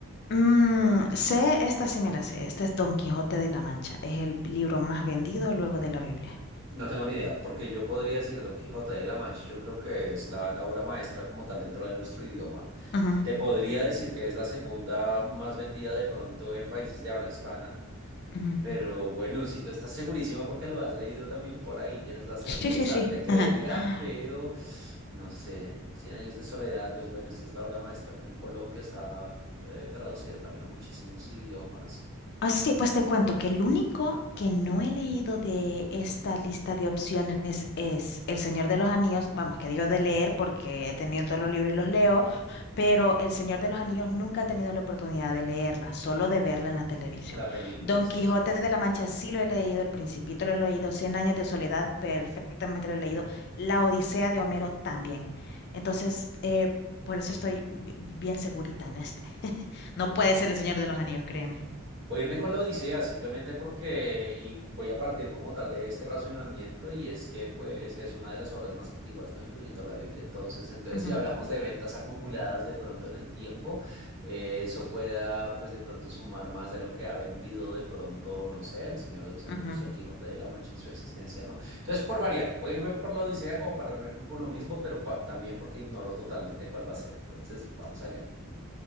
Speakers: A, on the left; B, on the right.
A: Mm, sé, esta sí me la sé. Este es Don Quijote de la Mancha. Es el libro más vendido luego de la Biblia.
B: No tengo ni idea, porque yo podría decir Don Quijote de la Mancha. Yo creo que es la, la obra maestra como tal dentro de nuestro idioma.
A: Ujú,
B: Te podría decir que es la segunda más vendida de pronto en países de habla hispana,
A: ujú.
B: pero bueno, si tú estás segurísima porque lo has leído también por ahí, tienes la certeza,
A: Sí, sí, sí.
B: te creería,
A: <laughs>
B: pero no sé, Cien años de soledad, pues bueno, esta es la obra maestra acá en Colombia, está eh, traducida también a muchísimos idiomas.
A: Ah, sí, pues te cuento que el único que no he leído de esta lista de opciones es El Señor de los Anillos. Vamos, que digo de leer porque he tenido todos los libros y los leo, pero El Señor de los Anillos nunca he tenido la oportunidad de leerla, solo de verla en la televisión.
B: La película,
A: Don
B: sí,
A: Quijote
B: exactamente.
A: de la Mancha sí lo he leído, El Principito lo he leído, Cien años de soledad perfectamente lo he leído, La Odisea de Homero también. Entonces, eh, por eso estoy bi- bien segurita en este. <laughs> No puede ser El Señor de los Anillos, créeme.
B: Voy a irme con la Odisea simplemente porque, y voy a partir como tal de este razonamiento, y es que pues es una de las obras más antiguas, ¿no? Incluyendo la Biblia. Entonces, entonces
A: Ujú,
B: si hablamos de ventas acumuladas de pronto en el tiempo, eh, eso pueda pues de pronto sumar más de lo que ha vendido de pronto, no sé, El Señor de los Anillos
A: ujú.
B: o El Quijote de la Mancha en su existencia, ¿no? Entonces, por variar, voy a irme por la Odisea como para no irme por lo mismo, pero pa- también porque ignoro totalmente cuál va a ser. Entonces, vamos allá.